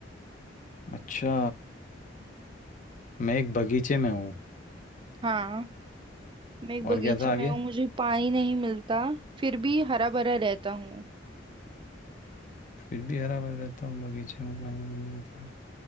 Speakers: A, on the left; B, on the right.
A: अच्छा मैं एक बगीचे में हूँ
B: हाँ मैं एक
A: और
B: बगीचे
A: क्या था
B: में
A: आगे
B: हूँ मुझे पानी नहीं मिलता फिर भी हरा भरा रहता हूँ
A: फिर भी हरा भरा रहता हूँ बगीचे में पानी नहीं मिलता